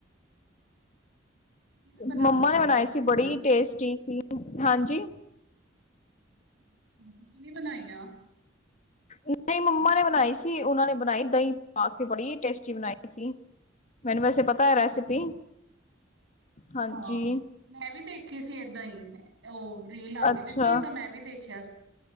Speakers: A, on the right; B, on the left.
A: ਕਿਵੇਂ ਬਣਾਉਂਦੇ
B: ਮੰਮਾ
A: ਹੋ ਫਿਰ
B: ਨੇ ਬਨਾਈ
A: ਤੁਸੀਂ
B: ਸੀ,
A: ਭਿੰਡੀਆਂ
B: ਬੜੀ ਟੇਸਟੀ ਸੀ, ਹਾਂਜੀ
A: ਅੱਛਾ, ਤੁਸੀ ਨੀ ਬਨਾਈਆਂ?
B: ਨਹੀ ਮੰਮਾ ਨੇ ਬਨਾਈ ਸੀ, ਉਹਨਾ ਨੇ ਬਨਾਈ ਦਹੀ ਪਾ ਕੇ, ਬੜੀ ਟੇਸਟੀ ਬਨਾਈ ਸੀ। ਮੈਨੂੰ ਵੈਸੇ ਪਤਾ ਐ ਰੈਸਿਪੀ।
A: ਹਾਂ
B: ਹਾਂਜੀ
A: ਹਾਂ ਮੈਂ ਵੀ ਦੇਖੀ ਸੀ ਏਦਾਂ ਹੀ, ਉਹ ਰੀਲ ਆਂਦੀ
B: ਅੱਛਾ
A: ਪਈ ਸੀ ਤੇ ਮੈ ਵੀ ਦੇਖਿਆ